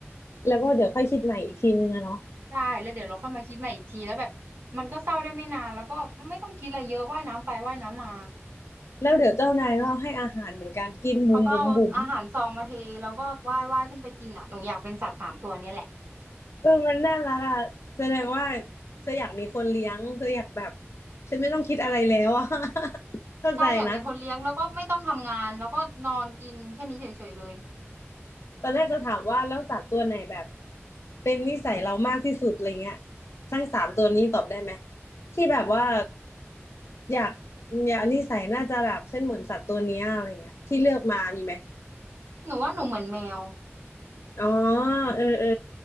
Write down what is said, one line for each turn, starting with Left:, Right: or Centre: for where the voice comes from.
Left: แล้วก็เดี๋ยวค่อยคิดใหม่อีกทีนึงอะเนาะ
Right: ใช่แล้วเดี๋ยวเราค่อยมาคิดใหม่อีกทีแล้วแบบมันก็เศร้าได้ไม่นานแล้วก็ไม่ต้องคิดอะไรเยอะว่ายน้ำไปว่ายน้ำมา
Left: แล้วเดี๋ยวเจ้านายก็ให้อาหารเหมือนกันกินบุ๋มบุ๋มบุ๋ม
Right: เขาก็เอาอาหารซองมาเทแล้วก็ว่ายว่ายขึ้นไปกินอ่ะหนูอยากเป็นสัตว์สามตัวเนี้ยแหละ
Left: เออมันน่ารักอ่ะแสดงว่าเธออยากมีคนเลี้ยงเธออยากแบบฉันไม่ต้องคิดอะไรแล้วอ่ะ <laughs> เข้าใจนะ
Right: ใช่อยากมีคนเลี้ยงแล้วก็ไม่ต้องทำงานแล้วก็นอนกินแค่นี้เฉยๆเลย
Left: ตอนแรกจะถามว่าแล้วสัตว์ตัวไหนแบบเป็นนิสัยเรามากที่สุดอะไรเงี้ยทั้งสามตัวนี้ตอบได้ไหมที่แบบว่าอยากอยากนิสัยน่าจะแบบฉันเหมือนสัตว์ตัวเนี้ยอะไรเงี้ยที่เลือกมามีไหม
Right: หนูว่าหนูเหมือนแมว
Left: อ๋อเออเออ